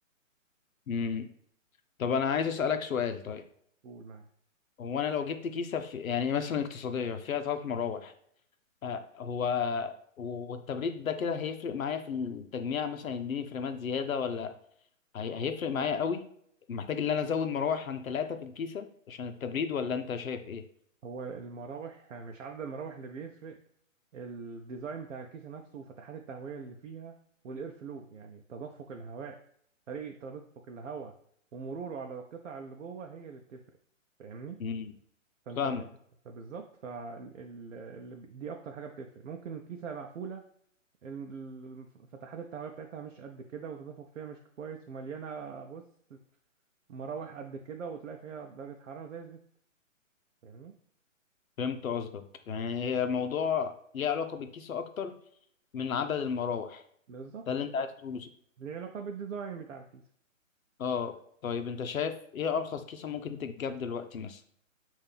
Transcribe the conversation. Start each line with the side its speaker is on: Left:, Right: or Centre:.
Left: امم طب انا عايز اسالك سؤال طيب
Right: بتقول معايا
Left: هو انا لو جبت كيسه في يعني مثلا اقتصاديه فيها ثلاث مراوح آه، هو والتبريد ده كده هيفرق معايا في التجميع مثلا يديني فريمات زيادة ولا هي... هيفرق معايا قوي محتاج ان انا ازود مراوح عن ثلاثة في الكيسة عشان التبريد ولا انت شايف ايه
Right: هو المراوح مش عدد المراوح اللي بيفرق الديزاين بتاع الكيسه نفسه وفتحات التهويه اللي فيها والاير فلو يعني تدفق الهواء طريقه تدفق الهواء ومروره على القطع اللي جوه هي اللي بتفرق فاهمني
Left: امم
Right: فانت
Left: فاهمك
Right: اه فبالظبط فال... ال... دي اكتر حاجه بتفرق ممكن كيسه مقفوله الم- فتحات التهويه بتاعتها مش قد كده وتدفق فيها مش كويس ومليانه بص مراوح قد كده وتلاقي فيها درجة حرارة زي الزفت فاهمني
Left: فهمت قصدك يعني هي الموضوع ليه علاقة بالكيسة اكتر من عدد المراوح
Right: بالظبط
Left: ده اللي انت عايز تقوله
Right: ليه علاقة بالديزاين بتاع الكيسة
Left: اه طيب انت شايف ايه ارخص كيسة ممكن تتجاب دلوقتي مثلا